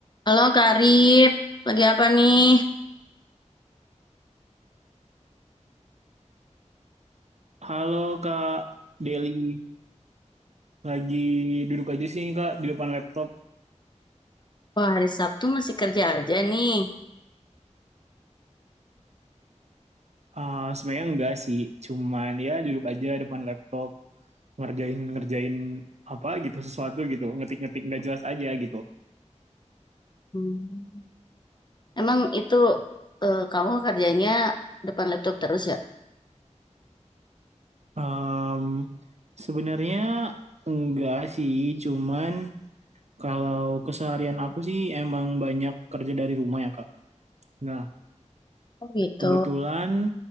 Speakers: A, on the left (about 40°); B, on the right (about 65°).
A: Halo Karib, lagi apa nih?
B: Halo Kak Deli, lagi duduk aja sih Kak di depan laptop.
A: Wah, hari Sabtu masih kerja aja nih.
B: Ah, sebenarnya enggak sih, cuman ya duduk aja depan laptop ngerjain ngerjain apa gitu sesuatu gitu, ngetik-ngetik nggak jelas aja gitu.
A: Hmm. Emang itu eh, kamu kerjanya depan laptop terus ya?
B: Em, sebenarnya enggak sih, cuman kalau keseharian aku sih emang banyak kerja dari rumah ya Kak. Nah,
A: Oh gitu.
B: kebetulan